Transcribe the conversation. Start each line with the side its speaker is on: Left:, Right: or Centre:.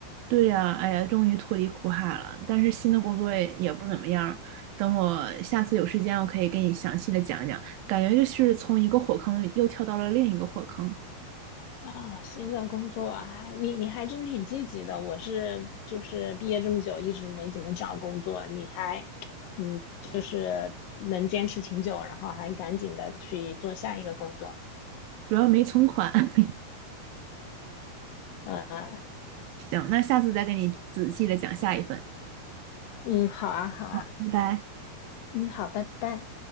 Right: 对呀，哎呀，终于脱离苦海了。但是新的工作也也不怎么样。等我下次有时间，我可以给你详细的讲讲。感觉就是从一个火坑又跳到了另一个火坑，
Left: 啊，新的工作啊，你你还真挺积极的。我是就是毕业这么久，一直没怎么找工作，你还嗯，就是能坚持挺久，然后还赶紧的去做下一个工作。
Right: 主要没存款。<laughs>
Left: 呃，
Right: 行，那下次再给你仔细的讲下一份。
Left: 嗯，好啊，好啊，
Right: 拜拜。
Left: 嗯，好，拜拜。